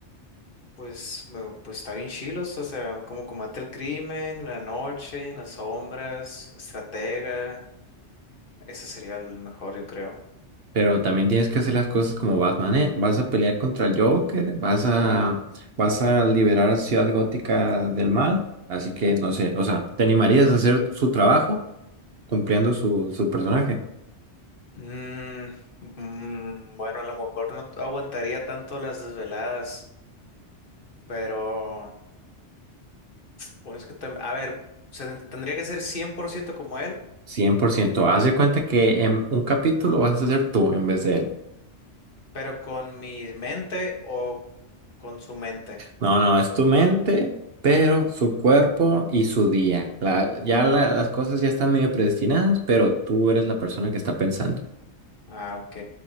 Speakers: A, on the left; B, on the right.
A: pues, me, pues está bien chilos, o sea, como combate el crimen, la noche, las sombras, estratega, ese sería el mejor, yo creo.
B: Pero también tienes que hacer las cosas como Batman, ¿eh? Vas a pelear contra el Joker, vas a, vas a liberar a Ciudad Gótica del mal, así que no sé, o sea, ¿te animarías a hacer su trabajo cumpliendo su, su personaje?
A: Mm, mm, bueno, a lo mejor no aguantaría tanto las desveladas, pero bueno, es que tam- a ver, se- tendría que ser 100% como él,
B: cien por ciento. Haz de cuenta que en un capítulo vas a ser tú en vez de él.
A: pero con mi mente o con su mente.
B: No, no, es tu mente, pero su cuerpo y su día. La- ya la- las cosas ya están medio predestinadas, pero tú eres la persona que está pensando.
A: Ah, ok.